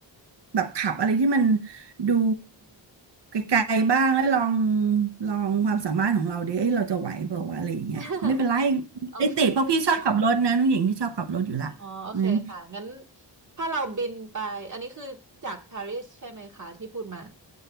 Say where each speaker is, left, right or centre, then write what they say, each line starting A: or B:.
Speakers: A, on the right; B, on the right.
A: แบบขับอะไรที่มันดูไกลๆบ้างแล้วลองลองความสามารถของเราดิเอ้ยเราจะไหวเปล่าวะอะไรอย่างเงี้ยไม่เป็นไร
B: <laughs> โอเค
A: ไอ้ติเพราะพี่ชอบขับรถนะน้องหญิงที่ชอบขับรถอยู่ละ
B: อ๋อโอเคค่ะงั้น
A: งั้น
B: ถ้าเราบินไปอันนี้คือจากปารีสใช่ไหมคะที่พูดมา